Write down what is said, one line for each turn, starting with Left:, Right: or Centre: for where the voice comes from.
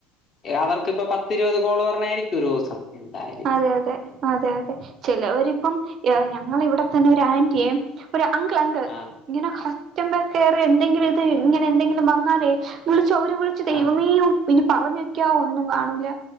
Left: അവർക്കിപ്പ പ ഇരുപത് കോോള് പറഞ്ഞതായിരിക്കും ഒരു ദിവസം എന്തായാലും
Right: അതെ അതെ അതെ അതെ ചിലവരിപ്പം ഞങ്ങള ഇവിടെത്തന്നെ ഒരു ആന്റിയയും ഒരു അങ്കിൾ അങ്ക
Left: ആ
Right: ഇങ്ങനെ കസ്റ്റബർ കെയർ എന്തെങ്കിലും ഇത് ഇങ്ങനെ എന്തെങ്കിലും വന്നാലേ ചൗര് വിളിച്ചു ദൈവമേയും
Left: ആ
Right: പിന്നെ പറഞ്ഞ വെക്ക ഒന്നും കാണൂല്ല